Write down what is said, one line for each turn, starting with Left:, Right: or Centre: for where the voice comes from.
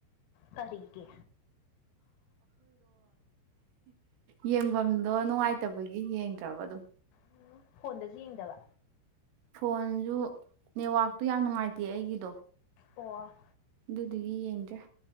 Left: ꯀꯔꯤꯒꯤ
Right: ꯌꯦꯡꯕꯝꯗꯣ ꯅꯨꯉꯥꯏꯇꯕꯒꯤ ꯌꯦꯡꯗ꯭ꯔꯕ ꯑꯗꯨꯝ
Left: ꯎꯝ ꯐꯣꯟꯗꯁꯨ ꯌꯦꯡꯗꯕ
Right: ꯐꯣꯟꯖꯨ ꯅꯦꯠꯋꯥꯛꯇꯣ ꯌꯥꯝ ꯅꯨꯉꯥꯏꯇꯦ ꯑꯩꯒꯤꯗꯣ
Left: ꯑꯣ
Right: ꯑꯗꯨꯗꯨꯒꯤ ꯌꯦꯡꯗ꯭ꯔꯦ